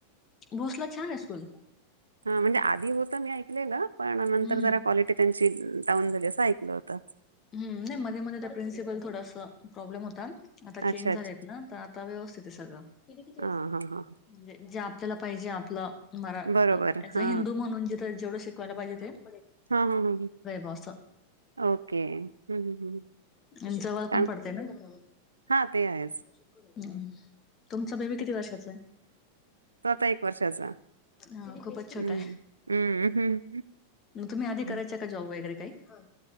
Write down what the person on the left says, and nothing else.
भोसला छान आहे स्कूल
हम्म
ह्म नाही मध्ये मध्ये त्या प्रिन्सिपल थोडस प्रॉब्लेम होता आता चेंज
झालेत ना तर आता व्यवस्थित आहे सगळं <unintelligible>
म्हणजे जे आपल्याला पाहिजे आपलं मराज
अ हिंदू म्हणून जेथ जेवढं शिकवायला पाहिजे ते <unintelligible>
बा अस
<unintelligible> जवळ
पण पडते ना <unintelligible> त्रास
औषध घ ह तुमच बेबी किती वर्षाचा आहे
हा खूपच
छोटाय
मग तुम्ही आधी
करायच्या का जॉब वगैरे - हा